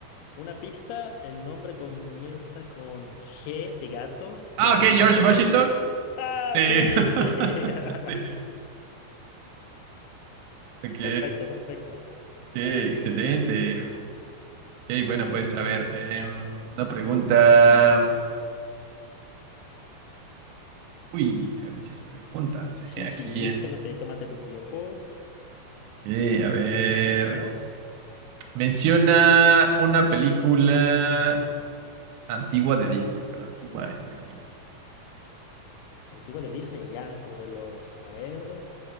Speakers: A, on the left; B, on the right.
A: Una pista, el nombre comienza con G de gato
B: Ah,
A: y el apellido
B: ok, George
A: con
B: Washington.
A: doble. ¡Ah,
B: Sí,
A: sí!
B: <laughs>
A: <laughs>
B: sí. Ok,
A: Perfecto, perfecto,
B: ok, excelente.
A: perfecto.
B: Ok, bueno, pues a ver, em, una pregunta. Uy, hay muchas preguntas, eh,
A: Sí,
B: aquí
A: sí,
B: en.
A: tómate, tómate tu tiempo.
B: Ok,
A: Tranquilo.
B: a ver. Menciona una película antigua de Disney. Bueno, antigua, entre comillas, ¿no?
A: Antigua de Disney, ya, como de los... A ver...